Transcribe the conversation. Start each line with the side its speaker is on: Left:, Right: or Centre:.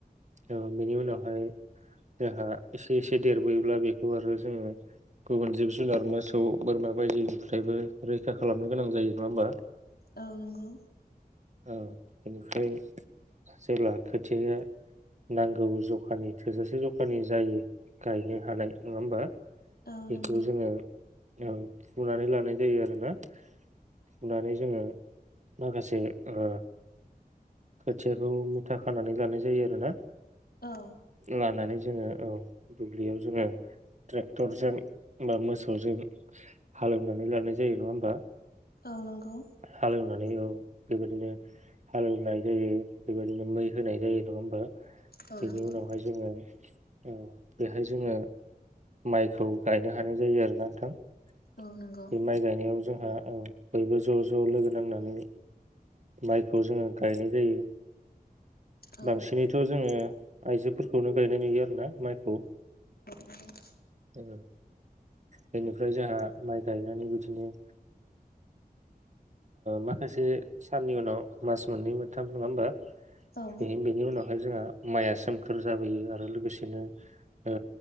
Right: औ बेनि उनावहाय जोंहा एसे एसे देरबोयोब्ला बेखौ आरो जोङो गुबुन जिब जुनार मोसौ बोरमा बायदिनिफ्रायबो रैखा खालामनो गोनां जायो नङा होमबा
Left: औ नंगौ
Right: औ बेनिफ्राय जेब्ला खोथियाया नांगौ जखानि थोजासे जखानि जायो गायनो हानाय नङा होमबा?
Left: औ
Right: बेखौ
Left: नंगौ
Right: जोंङो औ फुनानै लानाय जायो आरोना फुनानै जोङो माखासे ओ खोथियाखौ मुथा खानानै लानाय जायो आरोना
Left: औ
Right: लानानै जोङो औ दुब्लियाव जोङो ट्रेक्टरजों बा मोसौजों हालेवनानै लानाय जायो नङा होमबा
Left: औ नंगौ
Right: हालेवनानै औ बेबायदिनो हालेवनाय जायो बेबायदिनो मै होनाय जायो नङा होमबा?
Left: औ
Right: बेनि
Left: नंगौ
Right: उनावहाय जोङो औ बेहाय जोङो माइखौ गायनो हानाय जायो आरोना नोंथां
Left: औ
Right: बे
Left: नंगौ
Right: माइ गायनायाव जों ओ ओ बयबो ज' ज' लोगो नांनानै माइखौ जोङो गायनाय जायो।
Left: औ
Right: बांसिनैथ' जोङो आइजोफोरखौनो गायना य नुयो आरो ना माइखौ।
Left: नंगौ
Right: ओ बेनिफ्राय जोंहा माइ गायनानै बिदिनो ओ माखासे साननि उनाव मास मोननै मोनथाम नङा होमबा
Left: औ
Right: बे बेनि उनाव बेहाय जोंहा माइया सोमखोर जाबोयो आरो लोगोसेनो ओ